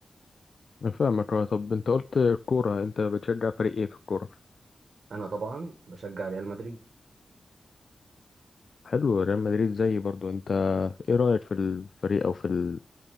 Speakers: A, on the left (about 60°); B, on the right (about 75°).
A: أنا فاهمك آه، طب انت قلت الكوره انت بتشجع فريق ايه في الكوره
B: انا طبعا بشجع ريال مدريد
A: حلو ريال مدريد زيي برضو انت ايه رأيك في الفريق او في ال-